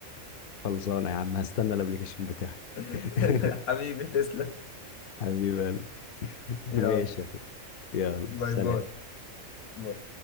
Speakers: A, on the left (about 55°); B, on the left (about 85°).
A: خلصانة يا عم هستنى الابليكيشن بتاعك
B: <laughs>
A: <laughs>
B: حبيبي تسلم
A: حبيب قلبي <laughs> ماشي
B: يلا
A: يا اخوي يلا سلام
B: باي باي باي.